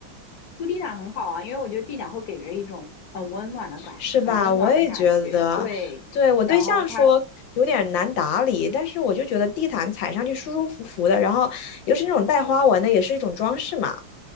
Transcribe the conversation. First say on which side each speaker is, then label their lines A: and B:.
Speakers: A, on the left; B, on the left.
A: 铺地毯很好啊，因为我觉得地毯会给人一种很温暖的感，
B: 是吧？
A: 很温暖的感觉。
B: 我也觉得，
A: 对，
B: 对，我对象说有点难打理，
A: 然后它
B: 但是我就觉得地毯踩上去舒舒服服的，然后尤其那种带花纹的，也是一种装饰嘛。